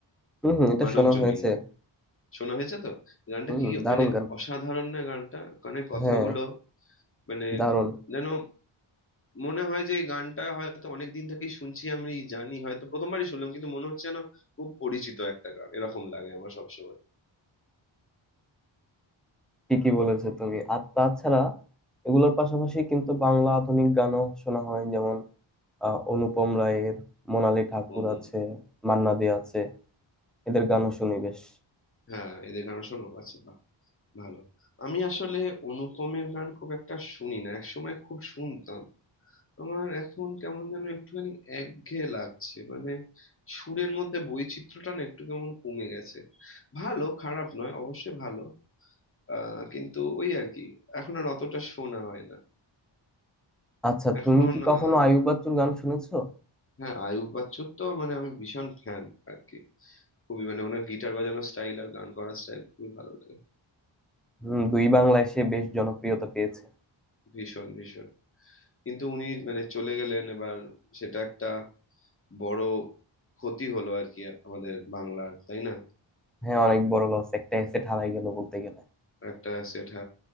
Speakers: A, in the centre; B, on the left.
A: হম হম এটা
B: মানব
A: শোনা
B: জমিন
A: হয়েছে
B: শোনা হয়েছে তো গানটা
A: হম
B: কি
A: দারুণ
B: মানে
A: গান
B: অসাধারণ না গানটা মানে কথাগুলো
A: হ্যাঁ
B: মানে
A: দারুণ
B: যেন মনে হয় যে এই গানটা হয়তো অনেক দিন থেকেই শুনছি আমি জানি হয়তো প্রথমবারই শুনলাম কিন্তু মনে হচ্ছে না খুব পরিচিত একটা গান এরকম লাগে আমার সবসময়
A: ঠিকই বলেছো তুমি আর তাছাড়া এগুলোর পাশাপাশি কিন্তু বাংলা আধুনিক গানও শোনা হয় আহ, অনুপম রায়ের মোনালি ঠাকুর
B: হম
A: আছে মান্না দে আছে এদের গানও শুনি বেশ
B: হ্যাঁ এদের গান শোনো আচ্ছা বাহ ভালো আমি আসলে অনুপমের গান খুব একটা শুনি না একসময় খুব শুনতাম আমার এখন কেমন যেন একটুখানি একঘেয়ে লাগছে মানে সুরের মধ্যে বৈচিত্র্যটা না একটু কেমন কমে গেছে ভালো খারাপ নয় অবশ্যই ভালো আহ কিন্তু ওই আর কি এখন আর অতটা শোনা হয় না
A: আচ্ছা
B: এখন
A: তুমি কি
B: আহ
A: কখনো আইয়ুব বাচ্চুর গান শুনেছো
B: হ্যাঁ আয়ুব বাচ্চুর তো মানে আমি ভীষণ ফ্যান আর কি খুবই মানে ওনার গিটার বাজানোর স্টাইল আর গান করার স্টাইল খুবই ভালো লাগে
A: হম দুই বাংলায় সে বেশ জনপ্রিয়তা পেয়েছে
B: ভীষণ ভীষণ কিন্তু উনি মানে চলে গেলেন এবার সেটা একটা বড় ক্ষতি হলো আর কি আমাদের বাংলার তাই না
A: হ্যাঁ অনেক বড় লস একটা এসেট হারাই গেল বলতে গেলে
B: একটা সেটা